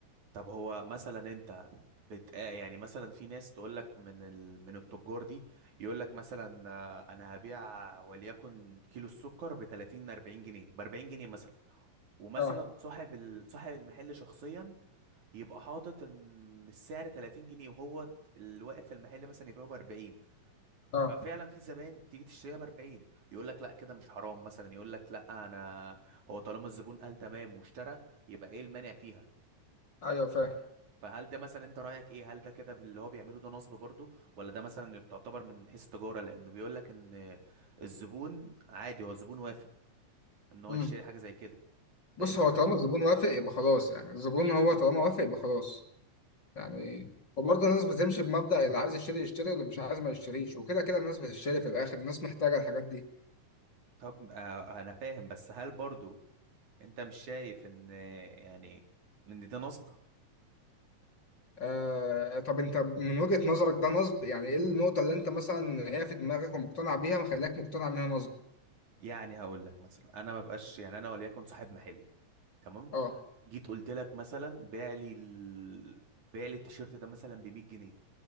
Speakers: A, on the right; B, on the left.
A: طب هو مثلا انت بت... آه، يعني مثلا في ناس تقول لك من ال... من التجار دي يقول لك مثلا آه، انا هبيع وليكن كيلو السكر ب 30 40 جنيه ب 40 جنيه مثلا ومثلا
B: أه
A: صاحب ال... صاحب المحل شخصيا يبقى حاطط ان السعر 30 جنيه وهو الواقف في المحل مثلا يبيعه ب 40 ففعلا
B: أه
A: في زباين تيجي تشتريها ب 40 يقول لك لا كده مش حرام مثلا يقول لك لا انا هو طالما الزبون قال تمام واشترى يبقى ايه المانع فيها
B: أيوه فاهم
A: فهل ده مثلا انت رايك ايه هل ده كده اللي هو بيعمله ده نصب برضه ولا ده مثلا تعتبر من حيث التجاره لان بيقول لك ان الزبون عادي هو الزبون وافق ان هو
B: مم.
A: يشتري حاجه زي كده فاهمني
B: بص هو طالما الزبون وافق يبقى خلاص يعني الزبون هو طالما وافق يبقى خلاص يعني وبرضه الناس بتمشي بمبدأ اللي عايز يشتري يشتري واللي مش عايز ما يشتريش وكده كده الناس بتشتري في الآخر الناس محتاجة الحاجات دي
A: طب آه، انا فاهم بس هل برضه انت مش شايف ان آه، يعني ان ده نصب
B: آه طب انت من وجهة نظرك ده نصب يعني ايه النقطة اللي انت مثلا هي في دماغك ومقتنع بيها مخليك مقتنع انها نصب
A: يعني هقول لك مثلا انا ما بقاش يعني انا وليكن صاحب محل تمام
B: اه
A: جيت قلت لك مثلا بيع لي ال... بيع لي التيشيرت ده مثلا ب 100 جنيه